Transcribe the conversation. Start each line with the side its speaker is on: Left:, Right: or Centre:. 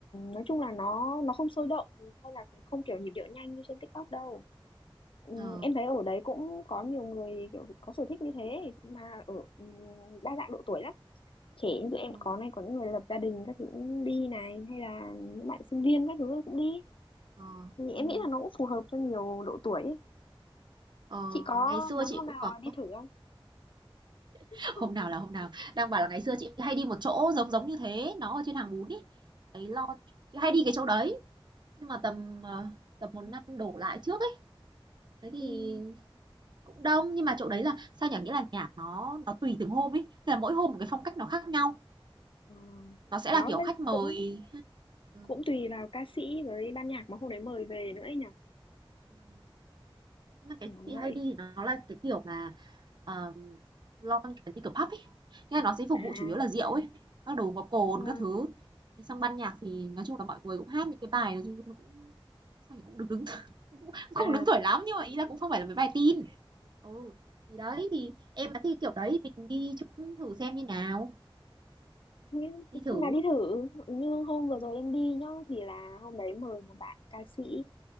Left: nói chung là nó nó không sôi động hay là cũng không kiểu nhịp điệu nhanh như trên TikTok đâu Ừ,
Right: ờ.
Left: em thấy ở đấy cũng có nhiều người kiểu có sở thích như thế mà ở ừ, đa dạng độ tuổi lắm. trẻ như tụi em
Right: Ừ.
Left: có này có những người lập gia đình các thứ cũng đi này hay là những
Right: Ừm,
Left: bạn sinh viên các thứ ấy cũng đi
Right: ờ,
Left: thì
Right: ừm,
Left: em nghĩ là nó cũng phù hợp cho nhiều độ tuổi ấy.
Right: ờ,
Left: Chị có
Right: ngày xưa
Left: muốn
Right: chị
Left: hôm
Right: cũng
Left: nào
Right: có,
Left: đi thử không <laughs>
Right: <laughs> hôm nào là hôm nào, đang bảo là ngày xưa chị hay đi một chỗ giống giống như thế, nó ở trên Hàng Bún ấy, cái lon, chị hay đi cái chỗ đấy, nhưng mà tầm, ờ, tầm một
Left: Ừ,
Right: năm đổ lại trước ấy, thế thì
Left: ừ,
Right: cũng đông, nhưng mà chỗ đấy là, sao nhỉ, nghĩa là nhạc nó nó tùy từng hôm ấy, thế là mỗi hôm một cái phong cách nó khác nhau,
Left: ờ,
Right: nó sẽ
Left: đó
Right: là kiểu
Left: vẫn
Right: khách mời
Left: cũng
Right: ừ,
Left: cũng tùy vào ca sĩ với ban nhạc mà hôm đấy mời về nữa ấy nhở
Right: ừm, nhưng mà cái
Left: kiểu
Right: chỗ chị
Left: vậy
Right: hay đi thì nó là cái kiểu mà Ờm, lounge kiểu như kiểu pub ấy, nghĩa là nó sẽ phục
Left: à
Right: vụ chủ yếu là rượu ấy, các đồ có cồn
Left: vâng
Right: các thứ. Thế xong ban nhạc thì nói chung là mọi người cũng hát những cái bài nói chung nó cũng sao nhỉ, cũng được đứng <laughs> cũng không
Left: à
Right: đứng tuổi lắm nhưng mà ý là cũng không phải là mấy bài tin. Ừ, thì đấy, thì em mà thích kiểu đấy mình đi chung thử xem như nào,
Left: Thế
Right: đi
Left: cũng
Right: thử.
Left: hôm nào đi thử như hôm vừa
Right: Ừ.
Left: rồi em đi nhá thì là hôm đấy mời một bạn ca sĩ